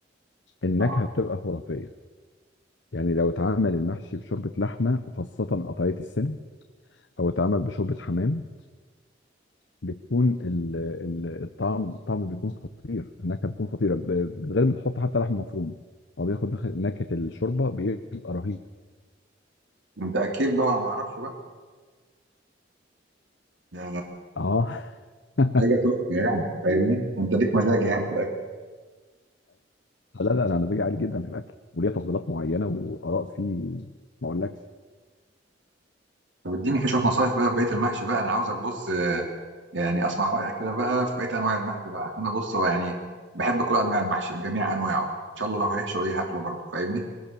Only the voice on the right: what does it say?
اه
انت اكيل بقى ولا ما اعرفش بقى ده
حاجه تحفه يعني فاهمني انت ليك مزاج يعني
طب اديني كده شويه نصايح بقى في بقيه المحشي بقى انا عاوزك بص آه، يعني اسمع رايك كده بقى في بقيه انواع المحشي بقى عشان انا بص هو يعني بحب كل انواع المحشي بجميع انواعه ان شاء الله لو هيحشوا ايه هاكله برضه فاهمني